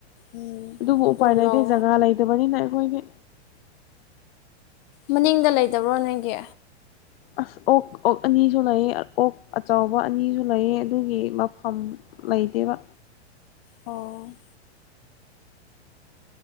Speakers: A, on the left (about 35°); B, on the left (about 60°).
A: ꯎꯝ
B: ꯑꯗꯨꯕꯨ
A: ꯑꯗꯨ
B: ꯎꯄꯥꯏ ꯂꯩꯇꯦ
A: ꯂꯧ
B: ꯖꯒꯥ ꯂꯩꯇꯕꯅꯤꯅ ꯑꯩꯈꯣꯏꯗꯤ
A: ꯃꯅꯤꯡꯗ ꯂꯩꯇꯕ꯭ꯔꯣ ꯅꯪꯒꯤ
B: ꯑꯁ ꯑꯣꯛ ꯑꯣꯛ ꯑꯅꯤꯁꯨ ꯂꯩꯌ‌ꯦ ꯑꯣꯛ ꯑꯆꯧꯕ ꯑꯅꯤꯁꯨ ꯂꯩꯌ‌ꯦ ꯑꯗꯨꯒꯤ ꯃꯐꯝ ꯂꯩꯩꯇ‌ꯦꯕ
A: ꯑꯣ